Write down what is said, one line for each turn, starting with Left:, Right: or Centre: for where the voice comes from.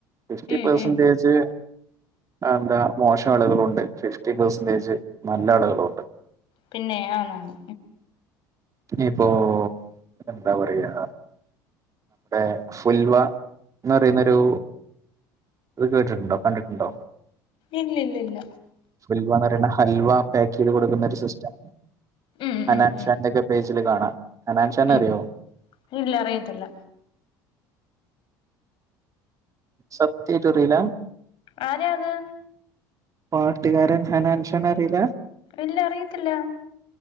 Right: ഫിഫ്റ്റി
Left: ഉം
Right: പെർസെന്റേജ്
Left: ഉം
Right: അഹന്താ മോശം ആളുകളുണ്ട് ഫിഫ്റ്റി പെർസെന്റേജ് നല്ല ആളുകളുണ്ട്.
Left: പിന്നെ ആണാണ്
Right: ഇപ്പോ എന്താ പറയാ ഇടെ ഫുൽവ എന്ന് പറയുന്നൊരു അത് കേട്ടിട്ടുണ്ടോ കണ്ടിട്ടുണ്ടോ?
Left: ഇല്ല ഇല്ല ഇല്ല
Right: ഫുൽവ എന്ന് പറയുന്ന ഹൽവ പാക്ക് ചെയ്ത് കൊടുക്കുന്ന ഒരു സിസ്റ്റം
Left: ഉം
Right: ഹനാൻ
Left: ഉം ഉം
Right: ഷാന്റെ ക്കെ പേജില് കാണാം ഹനാൻഷാന്
Left: ഉം
Right: അറിയോ?
Left: ഇല്ല അറിയത്തില്ല
Right: സത്യയിട്ടും അറിയില്ല
Left: ആരാ അത്?
Right: പാട്ടുകാരന്‍ ഹനാൻഷാന അറിയില്ല
Left: ഇല്ല അറിയത്തില്ല